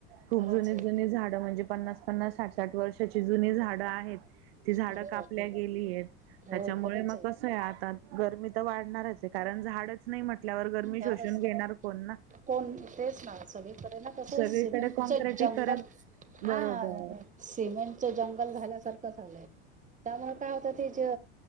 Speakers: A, on the right; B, on the right.
A: खूप
B: खरंच
A: जुनी
B: आहे.
A: जुनी झाड म्हणजे पन्नास पन्नास साठ साठ वर्षाची जुनी झाडं आहेत ती झाडं
B: अरे
A: कापल्या
B: बापरे
A: गेली आहेत त्याच्यामुळे
B: हो खरंच
A: मग कसं आहे आता, गरमी तर वाढणारच आहे कारण झाडच नाही म्हटल्यावर गरमी
B: फारच
A: शोषून घेणार कोण ना
B: कोण तेच ना सगळीकडे ना कसं
A: सगळीकडे
B: सिमेंटच
A: कॉँक्रिटी
B: जंगल
A: करण
B: हा
A: बरोबर
B: सिमेंटच जंगल झाल्यासारखं झालंय त्यामुळ काय होतं ती जे